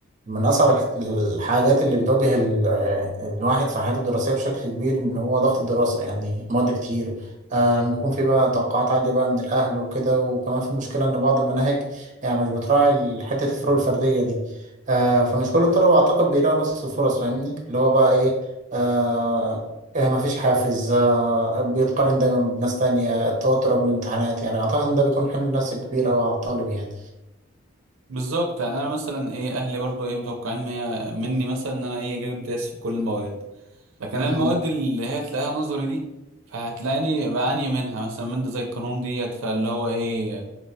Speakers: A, on the right; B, on the right.
A: من أصعب الح- الحاجات اللي بتواجه ال- آه، الواحد في حياته الدراسية بشكل كبير إن هو ضغط الدراسة يعني مواد كتير آه، بيكون في بقى توقعات عالية بقى من الأهل وكده وكمان في مشكلة إن بعض المناهج يعني مش بتراعي ال- حتة الفروق الفردية دي آه، فمش كل الطلبة أعتقد بيلاقوا نفس الفرص فاهمني اللي هو بقى إيه آه، آه، مفيش حافز آه، بيتقارن دايما بناس تانية التوتر قبل الامتحانات يعني أعتقد إن ده بيكون حمل نفسي كبير أوي على الطالب يعني
B: بالظبط يعني انا مثلا ايه اهلي برضو ايه متوقعين ميا- مني مثلا ان انا ايه اجيب امتياز في كل المواد لكن انا
A: مم.
B: المواد اللي هي تلاقيها نظري دي فهتلاقيني بعاني منها مثلا ماده زي القانون ديت فاللي هو ايه